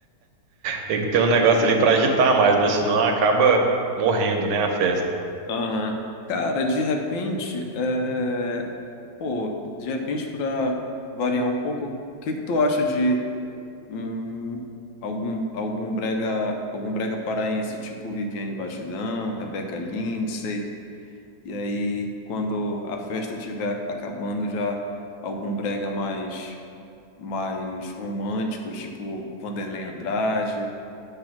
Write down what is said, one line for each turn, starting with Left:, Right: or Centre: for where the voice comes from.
Right: tem que ter um negócio ali para agitar mais, né? Senão acaba morrendo, né, a festa.
Left: Aham. Cara, de repente, é, pô, de repente, para variar um pouco, o que que tu acha de Hum, algum, algum brega, algum brega paraense, tipo Viviane Batidão, Rebeca Lindsay, e aí quando a festa estiver acabando já algum brega mais mais romântico, tipo Vanderlei Andrade.